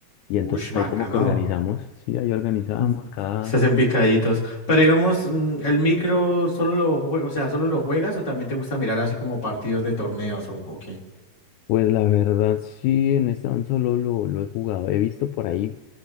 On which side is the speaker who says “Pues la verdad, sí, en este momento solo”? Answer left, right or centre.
Left